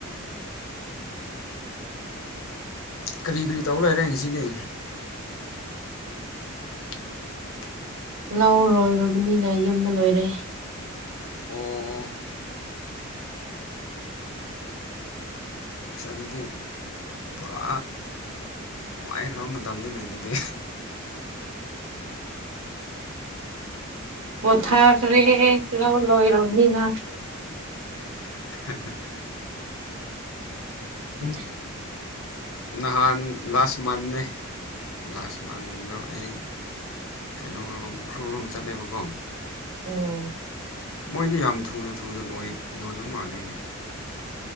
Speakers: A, on the left (about 70°); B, on the right (about 70°).
A: ꯀꯔꯤ ꯀꯔꯤ ꯇꯧ ꯂꯩꯔꯦ ꯉꯁꯤꯗꯤ ꯉꯁꯤꯗꯤ ꯌꯨꯝ ꯂꯩꯌꯦ
B: ꯂꯧꯔꯣꯏꯔꯕꯅꯤꯅ ꯌꯨꯝꯗ ꯂꯣꯏꯔꯦ
A: ꯑꯣ ꯑꯁ ꯑꯗꯨꯗꯤ ꯄꯨꯔꯥ ꯅꯨꯡꯉꯥꯏꯈ꯭ꯔꯕ ꯃꯇꯝꯅꯤꯅꯦ ꯑꯗꯨꯗꯤ꯫
B: ꯄꯣꯊꯥꯈꯔꯦ ꯂꯧ ꯂꯣꯏꯔꯅꯤꯅ
A: <unintelligible> <unintelligible>
B: <unintelligible>
A: ꯅꯍꯥꯟ ꯂꯥꯁ ꯃꯟꯅꯦ ꯂꯥꯁ ꯃꯟꯗꯣ ꯑꯩ ꯀꯩꯅꯣꯔꯣꯝ ꯎꯈ꯭ꯔꯨꯜꯂꯣꯝ ꯆꯠꯂꯦꯕꯀꯣ
B: ꯎꯝ
A: ꯃꯣꯏꯗꯤ ꯌꯥꯝ ꯊꯨꯅ ꯊꯨꯅ ꯂꯣꯏ ꯂꯣꯏꯕ ꯃꯥꯜꯅꯦꯅꯦ